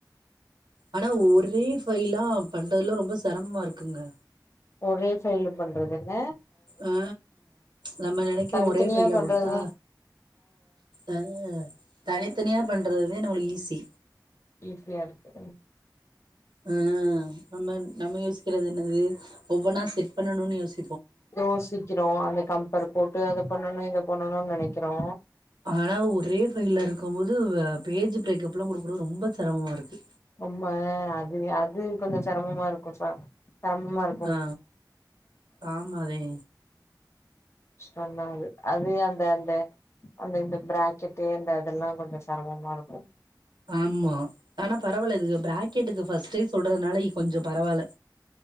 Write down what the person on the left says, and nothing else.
ஒரே ஃபைல்ல பண்றதுல
தனித்தனியா
பண்றதுதா
ஈஸியா இருக்கு
யோசிக்கிறோ அந்த கம்பர் போட்டு அத பண்ணணு இத பண்ணணுன் நெனைக்கிறோ
ரொம்ப அது அது கொஞ்சோ செரமமா இருக்குப்ப செரமமா இருக்
கஷ்டந்தா அது அது அந்த அந்த அந்த இந்த பிராக்கெட்டு எந்த இதெல்லா கொஞ்சோ செரமமாருக்கு